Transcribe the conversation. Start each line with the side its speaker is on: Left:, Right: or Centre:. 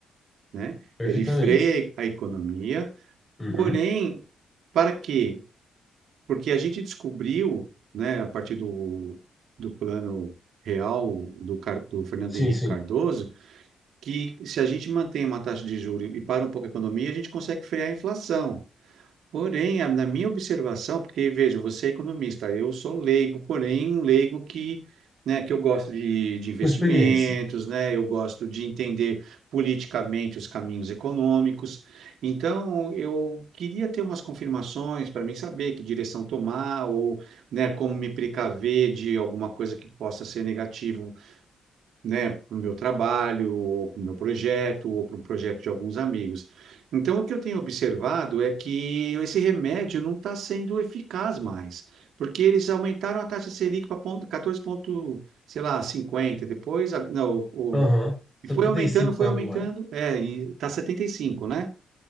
Right: né?
Left: perfeitamente.
Right: Ele freia a economia,
Left: Uhum,
Right: porém, para quê? porque a gente descobriu, né, a partir do, do plano real do, Car- do Fernando
Left: sim,
Right: Henrique
Left: sim.
Right: Cardoso, que se a gente mantém uma taxa de juros e para um pouco a economia, a gente consegue frear a inflação. Porém, a- na minha observação, porque veja, você é economista, eu sou leigo, porém um leigo que, né, que eu gosto de, de investimentos,
Left: Com experiência.
Right: né, eu gosto de entender politicamente os caminhos econômicos. Então, eu queria ter umas confirmações para mim saber que direção tomar ou, né, como me precaver de alguma coisa que possa ser negativa né, para o meu trabalho, ou para o meu projeto, ou para o projeto de alguns amigos. Então, o que eu tenho observado é que esse remédio não está sendo eficaz mais, porque eles aumentaram a taxa Selic para 14 ponto, sei lá, 50, depois, a- não, o-
Left: Aham, setenta
Right: e foi aumentando,
Left: e cinco
Right: foi
Left: tá
Right: aumentando,
Left: agora.
Right: é, e está 75, né?